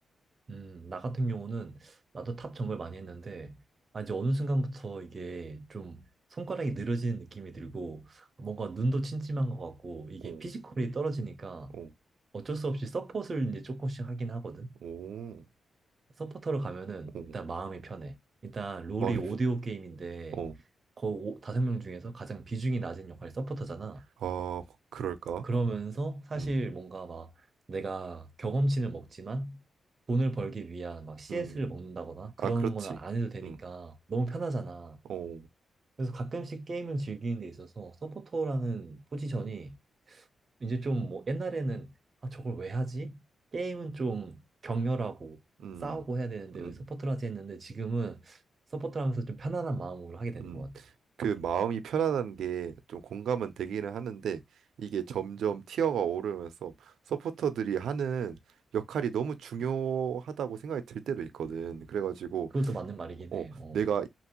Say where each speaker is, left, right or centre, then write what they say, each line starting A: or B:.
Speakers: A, on the right (about 35°); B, on the right (about 85°).
A: 음 나 같은 경우는 나도 탑 정글 많이 했는데 아 이제 어느 순간부터 이게 좀 손가락이 늘어지는 느낌이 들고 뭔가 눈도 침침한 것 같고 이게
B: 어
A: 피지컬이 떨어지니까
B: 어
A: 어쩔 수 없이 서폿을 이제 조금씩 하긴 하거든.
B: 오
A: 서포터로 가면은
B: 어
A: 일단 마음이 편해. 일단 롤이
B: 마음이
A: 오디오
B: 편-
A: 게임인데
B: 어
A: 그 오- 다섯 명 중에서 가장 비중이 낮은 역할이 서포터잖아.
B: 아 그럴까
A: 그러면서 사실
B: 음
A: 뭔가 막 내가 경험치는 먹지만 돈을 벌기 위한 막 CS를
B: 음.
A: 먹는다거나 그런
B: 아, 그렇지.
A: 거는 안 해도 되니까
B: 응,
A: 너무 편하잖아.
B: 어,
A: 그래서 가끔씩 게임을 즐기는 데 있어서 서포터라는 포지션이 이제 좀 뭐 옛날에는 아 저걸 왜 하지? 게임은 좀 격렬하고
B: 음,
A: 싸우고 해야 되는데
B: 음,
A: 왜 서포트를 하지 했는데 지금은 서포트를 하면서 좀 편안한 마음으로 하게 되는
B: 음.
A: 것 같아.
B: 그 마음이 편안한 게 좀 공감은 되기는 하는데 이게 점점 티어가 오르면서 서포터들이 하는 역할이 너무 중요하다고 생각이 들 때도 있거든. 그래가지고
A: 그것도 맞는 말이긴
B: 어,
A: 해. 어.
B: 내가